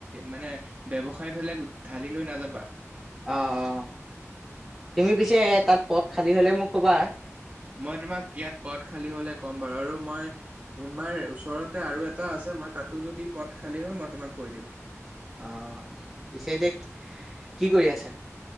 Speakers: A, on the right; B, in the centre.
A: মানে ব্যৱহা। খাই পেলাই ঢালি লৈ নাযাবা
B: অ', অ', তুমি পিছে তাত পদ খালী হ'লে মোক ক'বা।
A: মই তোমাক ইয়াত পথ খালী হলে ক'ম বাৰু আৰু মই তোমাৰ ওচৰতে আৰু এটা আছে মই তাতো যদি পথ খালী হয় মই তোমাক কৈ দিম
B: অঁ পিছে এতিয়া কি কৰি আছে?